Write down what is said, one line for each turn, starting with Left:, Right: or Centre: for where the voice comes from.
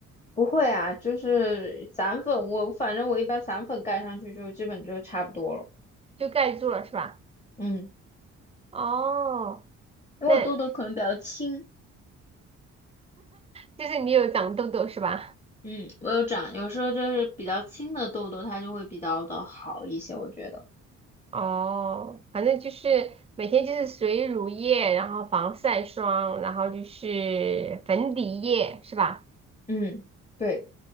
Left: 不会啊，就是散粉，我反正我一般散粉盖上去就基本就差不多了。
Right: 就盖住了是吧？
Left: 嗯，
Right: 哦，
Left: 因为我痘痘可能比较轻，
Right: 那就是你有长痘痘是吧？
Left: 嗯，我有长，有时候就是比较轻的痘痘，它就会比较的好一些，我觉得。
Right: 哦，反正就是每天就是水乳液，然后防晒霜，然后就是粉底液是吧？
Left: 嗯，对，